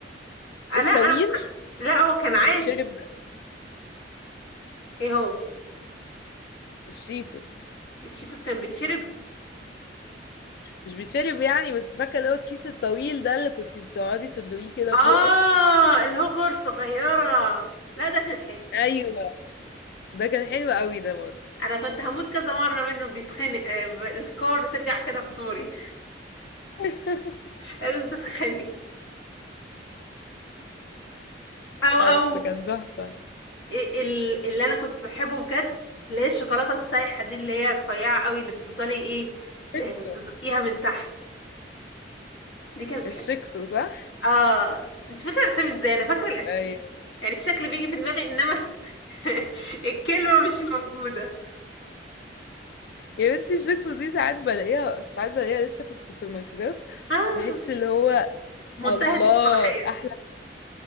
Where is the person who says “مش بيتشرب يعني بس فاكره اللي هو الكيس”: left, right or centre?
Left